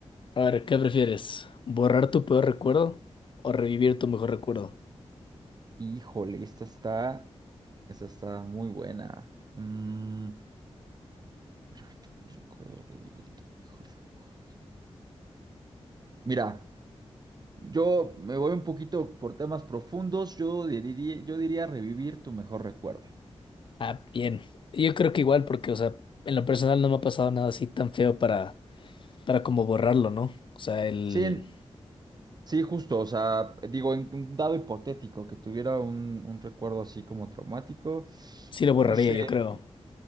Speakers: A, on the left; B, on the right.
A: A ver, ¿qué prefieres? ¿Borrar tu peor recuerdo o revivir tu mejor recuerdo?
B: Híjole, esta está, esta está muy buena. Mm, borrar tu peor recuerdo, revivir tus mejores recuerdos. Mira. Yo me voy un poquito por temas profundos. Yo diría, yo diría revivir tu mejor recuerdo.
A: Ah, bien. Yo creo que igual porque, o sea, en lo personal no me ha pasado nada así tan feo para, para como borrarlo, ¿no? O sea, el...
B: Sí, en- sí, justo. O sea, digo, en un dado hipotético que tuviera un, un recuerdo así como traumático.
A: sí lo borraría,
B: No sé,
A: yo creo.